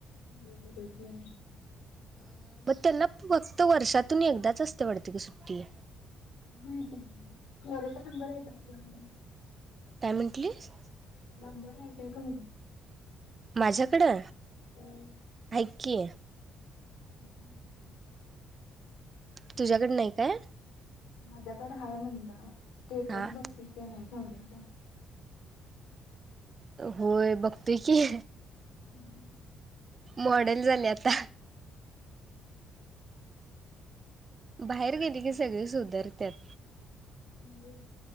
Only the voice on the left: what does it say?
होय मिरज ला.
माहिती खर्याचा नंबर आहे का तुझ्याकड.
नंबर आहे काय.
हम्.
हम् ह् हम्.
माझ्याकडे हय म्हणलं, स्टेटस
बघतीस काय नाही गौरीच?
हम्म ह.
म्हणजे?